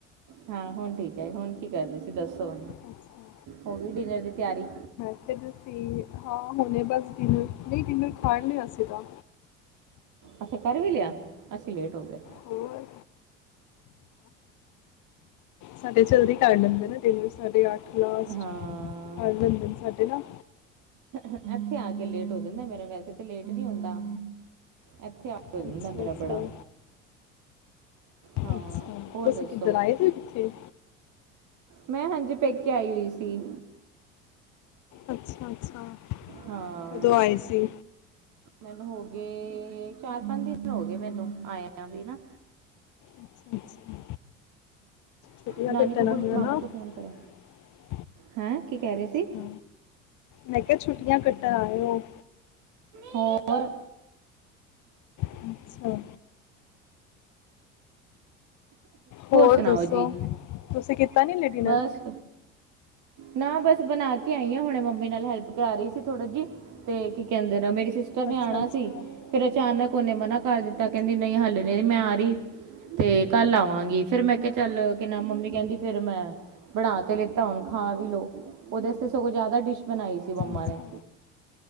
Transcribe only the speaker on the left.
ਅੱਛਾ,
ਫ ਅਸੀਂ ਹਾਂ ਹੁਣੇ ਬਸ ਡਿਨਰ, ਨਹੀਂ ਡਿਨਰ ਕਰ ਲਿਆਸੀਂ ਤਾਂ।
ਹੋਰ ਸਾਡੇ ਜਲਦੀ ਕਰ ਲੈਂ ਦੇ ਨਾ, ਡਿਨਰ ਸਾਢੇ ਅਠ ਲਾਸਟ,
ਖਾ ਲੈਦੇਂ ਸਾਡੇ ਨਾਂ।
ਅੱਛਾ
ਅੱਛਾ
ਅੱਛਾ,
ਤੁਸੀਂ
ਕਿੱਧਰ ਆਏ ਹੋ? ਕਿੱਥੇ
ਅੱਛਾ, ਅੱਛਾ।
ਕਦੋਂ ਆਏ ਸੀ
ਅੱਛਾ-ਅੱਛਾ। ਛੁੱਟੀਆ
ਕਟਣ,
ਆਏ ਸੀਗਾ
ਨਾ?
<unintelligible>
ਅੱਛਾ
ਮੈਂ ਕਿਹਾ, ਛੁੱਟੀਆਂ ਕੱਟਣ ਆਏਓ?
ਅੱਛਾ। ਹੋਰ
ਦੱਸੋ,
ਤੁਸੀਂ ਕੀਤਾ ਨਹੀਂ ਹਲੇ ਡਿਨਰ?
ਅੱਛਾ
ਅੱਛਾ ਅੱਛਾ
ਅੱਛਾ
ਅੱਛਾ